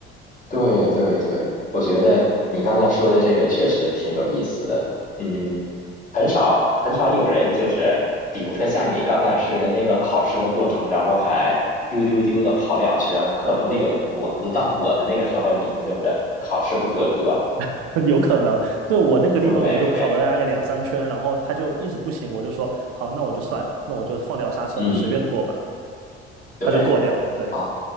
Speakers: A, on the left; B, on the right.
A: 对对对，我觉得你刚才说的这个确实挺有意思的。嗯，很少很少有人就是，比如说像你刚才似的那个考试的过程，然后还丢丢丢的跑两圈，可能那个我轮到我的那个时候已经就是考试不合格。
B: <laughs> 有可能，对，我那个地方我就跑了大概两三圈，
A: 对对，
B: 然后他就一直不行，我就说好，那我就算了，那我就放掉刹车，
A: 嗯
B: 你随便过吧，
A: 对，
B: 他就过掉了。对，
A: 好